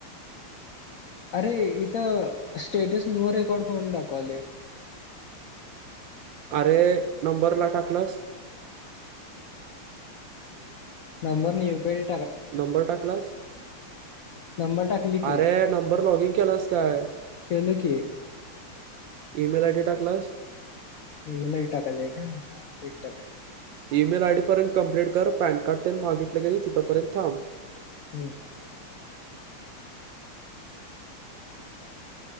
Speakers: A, on the left; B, on the right.
A: अरे इथं स्टेटस नो रेकॉर्ड फोन दाखवालय.
B: अरे नंबरला टाकलास?
A: नंबर नाही यू पी आय
B: नंबर टाकलास?
A: नंबर टाकली की
B: अरे नंबर लॉगिंग केलास काय?
A: केलोय की
B: इ मेल आय डी टाकलास?
A: ई मेल आय डी टाकाचय काय? एक टाक.
B: ई मेल आय डी पर्यंत कम्प्लीट कर, पॅन कार्ड तेन मागितलं की, तिथपर्यंत थांब.
A: हू.